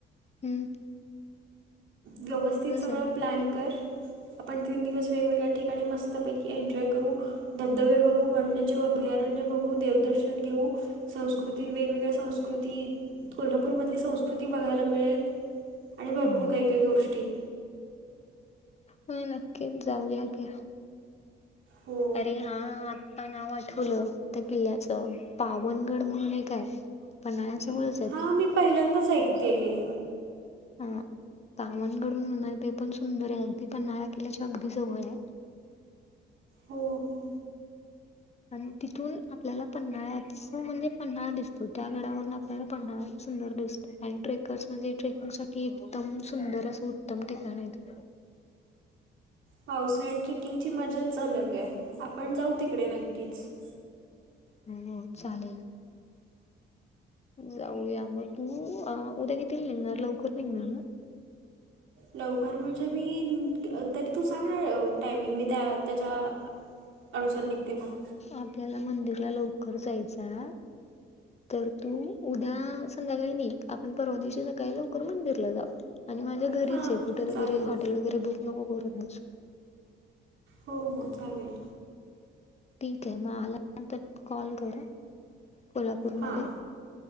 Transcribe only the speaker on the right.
व्यवस्थित सगळं
प्लॅन करं आपणं तीनं दिवसं वेगवेगळ्यां ठिकांणी मस्तंपैकी एन्जॉय करूं धबधबे बघूं वन्यंजीव अभयारण्यं बघूं देवदर्शन घेऊं संस्कृती वेगवेगळ्यां संस्कृती कोल्हापूर मधली संस्कृती बघांयला मिळेल आणि भरंपूर
कांहीं कांहीं गोष्टी
हो
हां मी पहिल्यांदाचं ऐकते हे
हो हो
पावसाळ्यांत ट्रेकिंग ची मज्जांच अलंग आहे आपणं जाऊं तिकडे नक्कीचं
लवकरं म्हणजे मी तरी तूं सांगणार टायमिंग मी त्यां त्यांच्या अनुसांर निघते मंग
हां
हां
चालेल
हो हो चालेल
हां